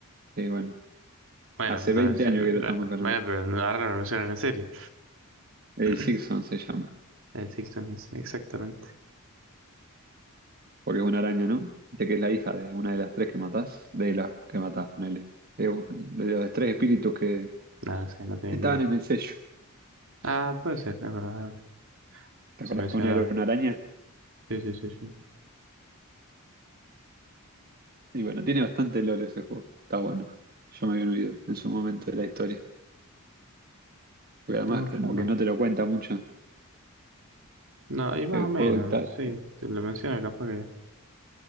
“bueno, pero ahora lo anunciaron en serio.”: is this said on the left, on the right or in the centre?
Right